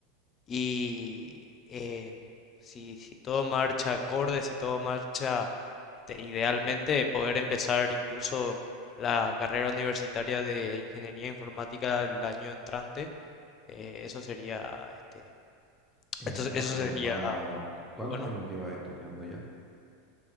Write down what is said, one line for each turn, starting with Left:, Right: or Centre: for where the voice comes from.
Left: Y eh, si, si todo marcha acorde, si todo marcha este, idealmente, poder empezar incluso la carrera universitaria de ingeniería informática el año entrante, eh, eso sería, este,
Centre: Eh,
Left: esto-
Centre: ah,
Left: eso
Centre: pero
Left: sería
Centre: va... ¿Cuántos
Left: muy bueno.
Centre: años llevas estudiando ya?